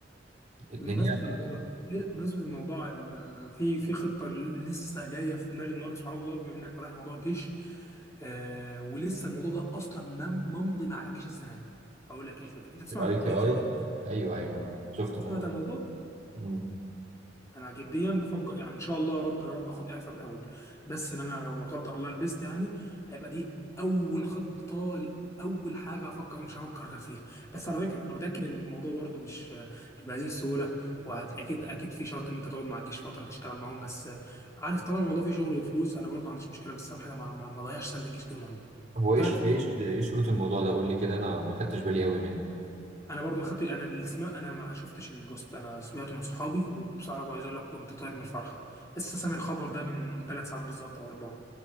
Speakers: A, on the right; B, on the left.
A: الدنيا
B: بمناسبه الموضوع ده ل- بمناسبه الموضوع ال- آه، في في خطه لسه جايه في دماغي النهارده سبحان الله بما انك فتحت موضوع الجيش آه ولسه الموضوع ده اصلا مم- ممضي مع الجيش السنه دي اقول لك ايه الفكره انت تسمع
A: في الأي
B: عن
A: تي
B: اي
A: أي
B: تي اي
A: أيوه أيوه شفت الموضوع
B: سمعت
A: ده.
B: عن الموضوع
A: مم.
B: انا جديا بفكر يعني ان شاء الله يا رب يا رب اخد اعفاء من الاول بس ان انا لو لا قدر الله لبست يعني هيبقى دي اول خطه اول حاجه هفكر مش هفكر غير فيها بس على فكره انا متاكد ان الموضوع برضو مش مش بهذه السهوله واكيد اكيد في شرط ان انت تقعد مع الجيش فتره تشتغل معاهم بس عارف طالما الموضوع فيه شغل وفلوس انا برضو ما عنديش مشكله بس اهم حاجه ما ما ما اضيعش سنه الجيش دي من عمري
A: هو
B: انت
A: إيش
B: رايك في
A: إيش
B: الموضوع
A: إيه شروط الموضوع ده قول لي كده أنا ما خدتش بالي قوي منه
B: انا برضو خطي انا اللي سمع... انا ما شفتش البوست انا سمعته من صحابي وبصراحه عايز اقول لك كنت طاير من الفرحه لسه سامع الخبر ده من ثلاث ساعات بالظبط او اربعه